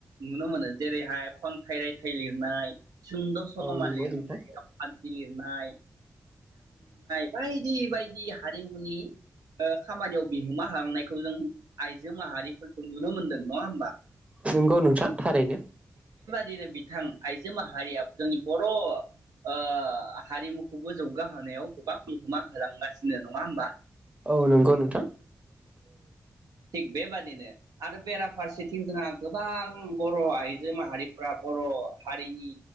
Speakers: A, on the right; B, on the right.
A: नुनो मोनो जेरैहाय फन थाइ रायथाइ लिरनाय सुंद' सल'मा
B: औ नंगौ
A: लिरनाय
B: नोंथां
A: रावखान्थि लिरनाय बायदि बायदि हारिमुनि ओ खामानियाव बिहोमा होलांनायखौ जों आइजो माहारिखौ नुनो मोनदों नंआहोमबा?
B: नंगौ नोंथां थारैनो।
A: दिनो बिथां आइजो माहारिया जोंनि बर ओ हारिमुखौबो जौगा होनायाव गोबां बिहोमा होलांगासिनो नंआहोमबा?
B: औ नंगौ नोंथां।
A: थिग बेबादिनो आरो बेराफारसेथिं किनतुना गोबां बर आइजो माहारिफोरा बर हारिनि